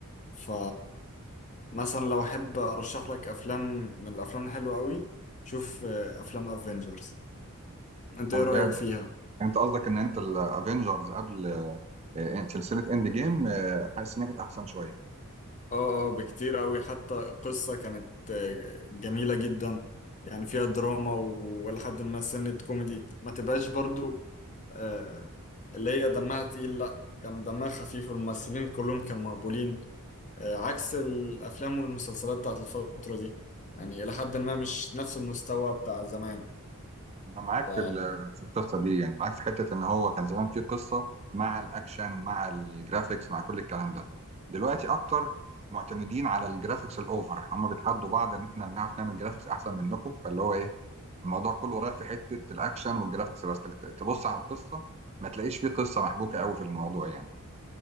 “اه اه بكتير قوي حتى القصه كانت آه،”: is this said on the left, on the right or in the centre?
Left